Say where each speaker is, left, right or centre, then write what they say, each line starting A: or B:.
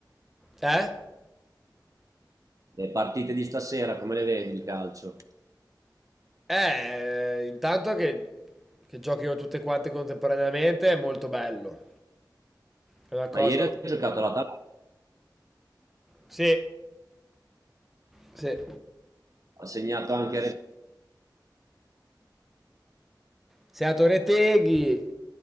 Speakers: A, in the centre; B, on the right.
A: Eh?
B: le partite di stasera, come le vedi di calcio?
A: Eh, intanto che, che giochino tutte quante contemporaneamente è molto bello. È una cosa...
B: Ma ieri ha giocato l'Atalanta,
A: Sì, sì.
B: ha segnato anche... Re-
A: Sei a Torre Teghi